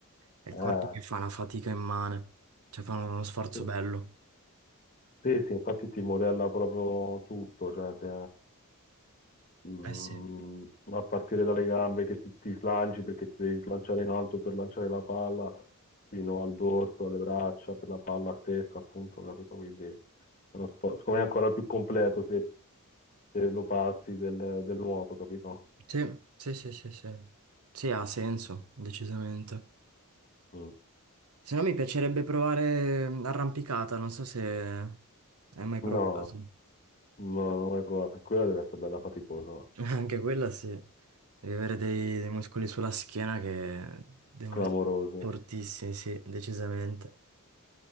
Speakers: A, on the right; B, on the left.
A: è il
B: Eh,
A: corpo che fa una fatica immane. Cioè fa uno sforzo
B: sì,
A: bello.
B: sì, sì, infatti ti modella proprio tutto, cioè te- mm,
A: Eh sì.
B: a partire dalle gambe che ti, ti slanci perché ti devi slanciare in alto per lanciare la palla, fino al dorso, alle braccia, per la palla stessa, appunto, capito? Quindi è uno sport, secondo me è ancora più completo se, se lo passi del, del nuoto, capito?
A: Sì, sì, sì, sì, sì. Sì, ha senso, decisamente.
B: Mm.
A: Se no mi piacerebbe provare mm, arrampicata, non so se hai mai provato.
B: No, no, non l'ho mai provato. Quella deve essere bella faticosa,
A: <laughs> Anche quella sì. Devi avere dei, dei muscoli sulla schiena che devono
B: clamorosa,
A: essere fortissimi, sì, decisamente.